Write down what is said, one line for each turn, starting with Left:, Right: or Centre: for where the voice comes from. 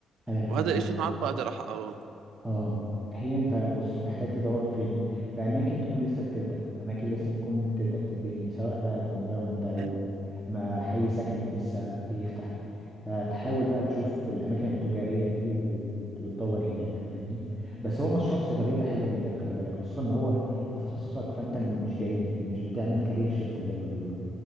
Centre: على الاقل
Right: وهذا الاشي معبى على رح اه
Centre: اه هي انت بص محتاج تدور فين في اماكن تكون لسه بتبدا اماكن لسه بتكون بتبدا تتبني سواء بقى كومباوند او
Right: <clears throat>
Centre: ما حي سكني لسه بيفتح هتحاول بقى تشوف الاماكن التجاريه فيه و- وت- وتدور هناك فاهمني بس هو مشروع صيدليه ده حلو جدا خلي بالك خصوصا ان هو في تخصصك فانت مش بعيد يعني مش بتعمل كارير شيفت زي ما بيقولوا